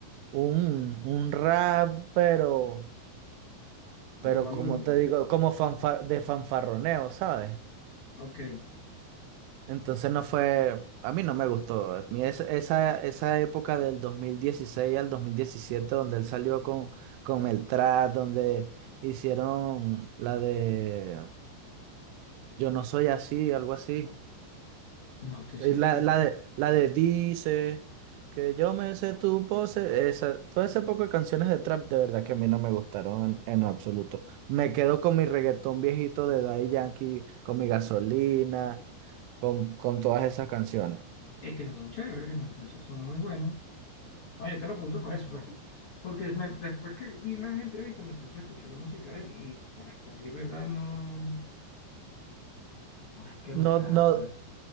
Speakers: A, on the right; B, on the left.
A: un, un rap, pero, pero
B: Pero Balurdo,
A: como te digo, como fanfa- de fanfarroneo, ¿sabes?
B: ok.
A: Entonces no fue, a mí no me gustó. A mí es- esa, esa época del 2016 al 2017 donde él salió con, con el trap, donde hicieron la de Yo no soy así, algo así.
B: No, te,
A: Eh,
B: sí,
A: La,
B: sí,
A: la de, la de Dice, que yo me sé tu pose, esa, todo ese poco de canciones de trap, de verdad que a mí no me gustaron en, en absoluto. Me quedo con mi reggaetón viejito de Daddy Yankee, con mi gasolina, con, con todas esas canciones.
B: es que esas son chéveres, no, esas son muy buenas. Ah, yo te lo pregunto por eso, pues. Porque me- después que vi las entrevistas me puse a escuchar la música de él y para, para decir verdad no, no es que
A: No,
B: me agrade,
A: no,
B: pero